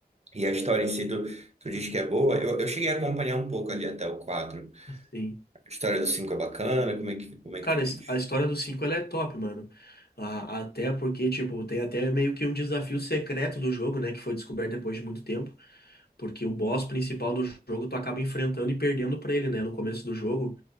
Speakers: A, on the right; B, on the left.
A: E a história em si, tu, tu diz que é boa. Eu, eu cheguei a acompanhar um pouco ali até o 4.
B: Assim,
A: A história do 5 é bacana, como é que, como é
B: Cara,
A: que tu diz?
B: a his- a história dos cinco ela é top, mano. A- Até porque, tipo, tem até meio que um desafio secreto do jogo, né? Que foi descoberto depois de muito tempo. Porque o boss principal do jogo tu acaba enfrentando e perdendo pra ele, né? No começo do jogo.